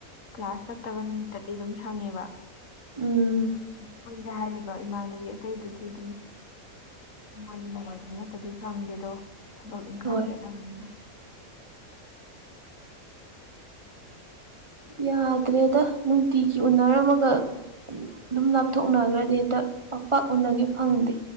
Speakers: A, on the left (about 65°); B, on the right (about 20°).
A: ꯀ꯭ꯂꯥꯁ ꯆꯠꯇꯕ ꯅꯨꯃꯤꯠꯇꯗꯤ ꯑꯗꯨꯝ ꯁꯪꯉꯦꯕ
B: ꯎꯝ
A: ꯄꯨꯟꯁꯦ ꯍꯥꯏꯔꯤꯕ ꯏꯃꯥꯟꯅꯕꯤ ꯑꯇꯩꯗꯨꯗꯤ ꯑꯗꯨꯝ ꯃꫭꯏꯗꯤ ꯅꯨꯡꯃꯥꯏꯖꯤꯡ ꯉꯠꯇꯗꯤ ꯁꯪꯗꯦꯗꯣ ꯊꯕꯛ ꯏꯪꯈꯥꯡ
B: ꯍꯣꯏ
A: ꯆꯦꯠꯅꯕꯅꯤꯅ
B: ꯌꯥꯗ꯭ꯔꯦꯗ ꯅꯨꯡꯇꯤꯒꯤ ꯎꯅꯔꯝꯃꯒ ꯑꯗꯨꯝ ꯂꯥꯞꯊꯣꯛꯅꯈꯒ꯭ꯔꯗꯤ ꯍꯦꯛꯇ ꯄꯥꯛ ꯄꯥꯛ ꯎꯅꯒꯦ ꯐꯪꯗꯦ